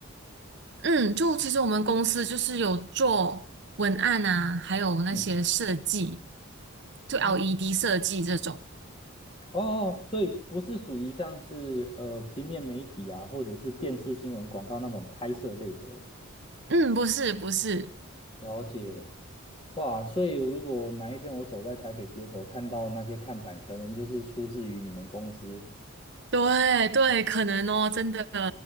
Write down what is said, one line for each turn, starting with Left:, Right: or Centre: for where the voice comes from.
Right: 嗯，就其实我们公司就是有做文案啊，还有那些设计，
Left: 嗯
Right: 就
Left: 嗯，
Right: LED 设计这种。
Left: 哦，所以不是属于像是呃平面媒体啊，或者是电视新闻广告那种拍摄类的哦。
Right: 嗯，不是不是，
Left: 了解，哇，所以如果哪一天我走在台北街头，看到那些看板，可能就是出自于你们公司。
Right: 对对，可能哦，真的